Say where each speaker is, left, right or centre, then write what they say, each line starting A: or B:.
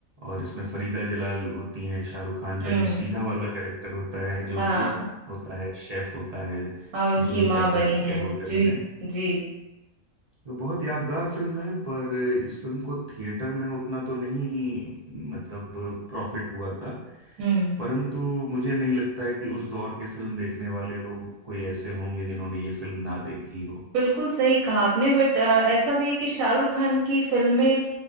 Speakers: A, on the right (about 50°); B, on the right (about 80°).
A: और इसमें फरीदा जलाल होती हैं शाहरुख खान का
B: हम्म
A: जो सीधा वाला कैरेक्टर होता है जो
B: हाँ
A: कुक होता है शेफ होता है
B: हाँ उनकी
A: जूही
B: माँ
A: चावला
B: बनी
A: जी के
B: है
A: होटल
B: जी
A: में
B: जी
A: तो बहुत यादगार फिल्म है पर इस फिल्म को थिएटर में उतना तो नहीं मतलब प्रॉफिट हुआ था
B: हम्म
A: परंतु मुझे नहीं लगता है कि उस दौर के फिल्म देखने वाले लोग कोई ऐसे होंगे जिन्होंने ये फिल्म ना देखी हो
B: बिल्कुल सही कहा आपने बट ऐसा भी है कि शाहरुख खान की फिल्में